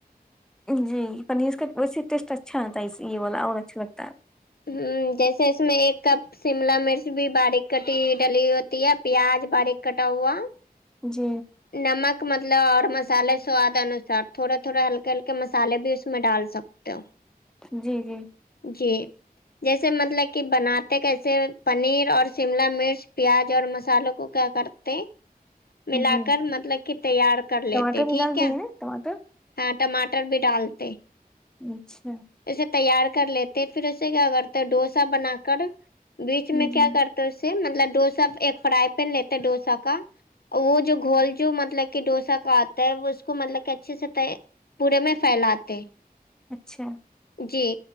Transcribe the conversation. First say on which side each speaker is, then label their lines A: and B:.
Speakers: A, in the centre; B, on the left.
A: جی پنیر کا ویسے ٹیسٹ اچھا آتا ہے اس یے بوا اور اچھا لگتا ہے
B: ہمم جیسے اس میں ایک کپ شملا مرچ بھی باریک کٹی ڈلی ہوتی ہے پیاز باریک کٹا ہوا
A: جی
B: نمک مطلب اور مسالے سواد انوسار تھوڑے تھوڑے ہلکے ہلکے مسالے بھی اس میں ڈال سکتے ہو
A: جی جی
B: جی جیسے مطلب کی بناتے کیسے پنیر اور شملا مرچ پیاز اور مسالوں کو کیا کرتے ملا
A: جی
B: کر مطلب کی تیار کر
A: ٹماٹر
B: لیتے
A: بھی
B: ٹھیک
A: ڈال
B: ہے
A: دیں گے نا ٹماٹر
B: ہاں ٹماٹر بھی ڈالتے
A: اچھا
B: اسے تیار کر لیتے پھر اسے کیا کرتے ڈوسا بنا کر بیچ
A: ہ
B: میں کیا کر سے مطلب ڈوسا ایک فرائی پین لیتے ڈوسا کا وہ جو گھول جو مطلب کہ ڈوسا کا آتا ہے وہ اس کو مطلب کہ اچھے سے پورے میں پھیلاتے
A: اچھا
B: جی